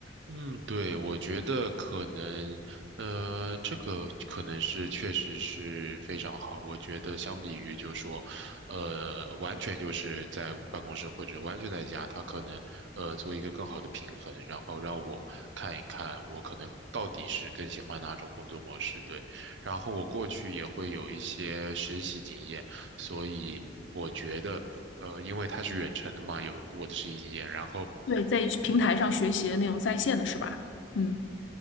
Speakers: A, on the right; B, on the left.
A: 嗯，对，我觉得可能，呃，这个可能是确实是非常好。我觉得相比于就说，呃，完全就是在办公室或者完全在家，他可能呃做一个更好的平衡，然后让我看一看我可能到底是更喜欢哪种工作模式。对，然后我过去也会有一些实习经验，所以我觉得。呃，因为他是远程的嘛，有我的实习经验，然后
B: 对，在平台上学习的那种在线的是吧？嗯